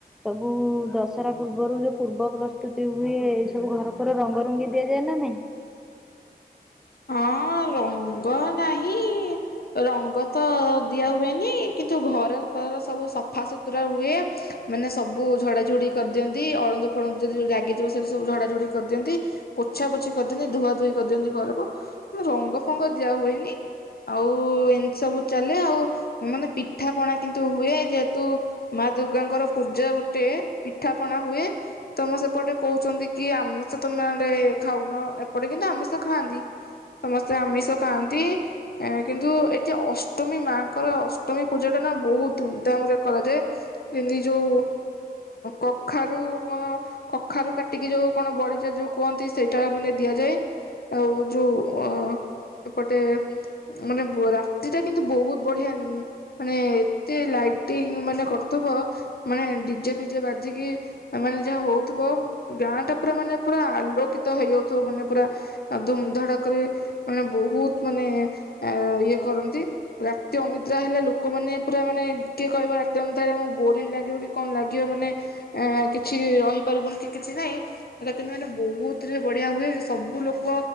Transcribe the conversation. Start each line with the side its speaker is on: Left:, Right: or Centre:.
Centre: ସବୁ ଦଶରା ପୂର୍ବରୁ ଯୋଉ ପୂର୍ବ ପ୍ରସ୍ତୁତି ହୁଏ ଏ ସବୁ ଘର ଫର ରଙ୍ଗ ରୁଙ୍ଗୀ ଦିଆଯାଏ ନା ନାଇଁ।
Left: ହଁ ରଙ୍ଗ ନାହିଁ। କି। ରଙ୍ଗ ତ ଦିଆ ହୁଏନି କିନ୍ତୁ ଘର ଫର ସବୁ ସଫା ସୁୁତୁରା ହୁଏ ମାନେ ସବୁ ଝଡାଝଡି କରିଦିଅନ୍ତି ଅଳନ୍ଦୁ ଫଳନ୍ଦୁ ଯଦି ଲାଗିଥିବ ସେୁ ସବୁ ଝଡାଝଡି କରିଦିଅନ୍ତି ପୋଛା ପୋଛି କରିଦିଅନ୍ତି ଧୁଆ ଧୁୋଇ କରିଦିଅନ୍ତି ଘରକୁ। ରଙ୍ଗ ଫଙ୍ଗ ଦିଆ ହୁଏନି ଆଉ। ସବୁ ଚାଲେ ଆଉ ମାନେ ପିଠା ପଣା କିନ୍ତୁ ହୁଏ ଯେହେତୁ ମା ଦୁର୍ଗାଙ୍କର ପୂଜା ଗୋଟେ ପିଠା ପଣା। ହୁଏ ତମ ସେପଟେ କହୁଛନ୍ତି କି ଆମିଷ ତମେ ଆଡେ ଖାଉନ ଏପଟେ କିନ୍ତୁ ଆମିଷ ଖାଆନ୍ତି। ସମସ୍ତେ ଆମିଷ ଖାଆନ୍ତି କିନ୍ତୁ ଏଠି ଅଷ୍ଟମୀ ମାଙ୍କର ଅଷ୍ଟମୀ ପୂଜାଟା ନା ବହୁତ ଧୁମଧାମ ରେ କରାଯାଏ ଯେମିତି ଯୋଉ କଖାରୁ କଣ କଖାରୁ କାଟିକି ଯୋଉ କଣ ବଳିଚା ଯୋଉ କୁହନ୍ତି ସେଇଟା ମାନେ ଦିଆଯାଏ ଆଉ। ଯେଉ ଅ। ଏପଟେ ମାନେ ରାତି ଟା କିନ୍ତୁ ବହୁତ ବଢିଆ ମାନେ ଏତେ ଲାଇଟିଂ ମାନେ କରଥିବ ମାନେ ଡିଜେ। ଫିଯେ ବାଜିକି। ମାନେ ଯାହା ହଉଥିବ ଗାଁ ଟା ପୁରା ମାନେ ପୁରା ଆଲୋକିତ ହେଇଯାଉଥିବ ମାନେ ପୁରା ଧଡ଼କରେ ମାନେ ବହୁତ ମାନେ ଇଏ କରନ୍ତି ରାତି ଅନିଦ୍ରା ହେଲେ ଲୋକମାନୋନେ ପୁରା ମାନେ କିଏ କହିବ ରାତି ଅନଦ୍ରା ହେଲେ ଆକୁ ବୋରିଂ ଲାଗିବ କି କଣ ଲାଗିବ ମାନେ କିଛି ରହିପାରିବୁନି କି କିଛି ନହିଁ କିନ୍ତୁ ମାନେ ବହୁତ ବଢିଆ ହୁଏ କି ସବୁ ଲୋକ